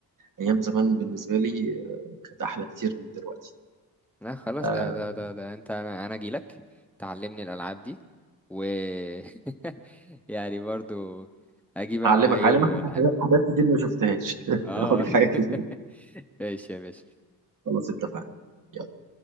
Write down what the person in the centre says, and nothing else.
لا خلاص
ده ده ده ده انت انا انا اجيلك تعلمني الالعاب دي و <laughs> يعني برضو اجيب انا
معايا
يويو ولا حاجه
اه
<laughs> ماشي يا باشا